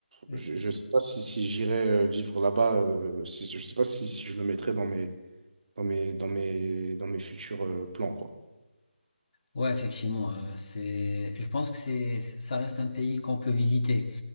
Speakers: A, on the left (about 40°); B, on the right (about 50°).
A: Je-
B: je ne sais pas si, si j'irais euh, vivre là-bas, euh, si, je sais pas si, si je le mettrais dans mes dans mes, dans mes, dans mes futurs euh, plans, quoi.
A: Ouais, effectivement, euh, c'est, je pense que c'est, ça reste un pays qu'on peut visiter,